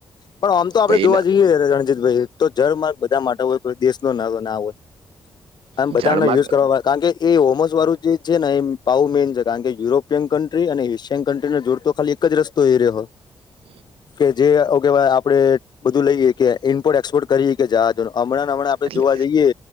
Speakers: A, on the left; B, on the right.
A: પણ આમ તો આપડે
B: ભાઈ
A: જોવા
B: એના
A: જઈએ રણજીતભાઈ તો જરમાંર્ બધા માટે હોય કોઈ દેશનો ના ના હોય આમ
B: ઝાડમાં
A: બધાનો યુઝ કરવામાં આવે કારણ કે એ હોમસ વાળું જે છેને એ પાાવ મેઈન છે કારણ કે યુરોપિયન કન્ટ્રી અને એશિયન કન્ટ્રીને જોડતો ખાલી એક જ રસ્તે તૈયરી હોય
B: <inaudible>
A: કે જે કે આપડે બધું લઈએ કે ઇ્પોર્ટ એક્સપોર્ટ કરીએ કે જજ હમણાં હમં આપણે
B: એટલે
A: જોવા જઈએ